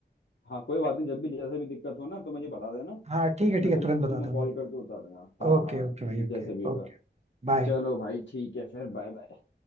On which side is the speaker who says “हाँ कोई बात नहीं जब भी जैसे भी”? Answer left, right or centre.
Left